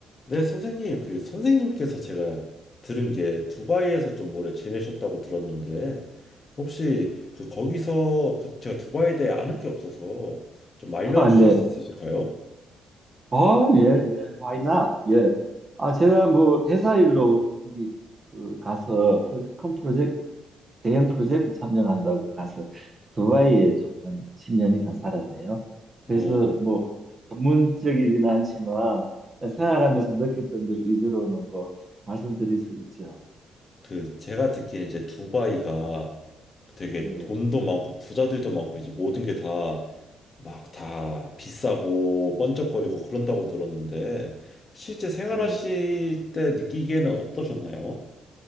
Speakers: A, on the left; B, on the right.
A: 네, 선생님. 그 선생님께서 제가 들은 게 두바이에서 좀 오래 지내셨다고 들었는데 혹시 그 거기서 그 제가 두바이에 대해 아는 게 없어서 좀 알려주실
B: 아, 네.
A: 수 있으실까요?
B: 어, 예, 예, why not? 예. 아, 제가 뭐 회사 일로 거기 그 가서 프로젝트, 큰 프로젝트, 대형 프로젝트 참여한다고 가서 두바이에 좀 한 10년 이상 살았네요.
A: 어,
B: 그래서 뭐 전문적이지는 않지만 생활하면서 느꼈던 그 위주로는 뭐 말씀드릴 수 있죠.
A: 그 제가 듣기에 이제 두바이가 되게
B: 예,
A: 돈도 많고 부자들도 많고 이제 모든 게 다 막 다 비싸고 번쩍거리고 그런다고 들었는데 실제 생활하실
B: 예.
A: 때 느끼기에는 어떠셨나요?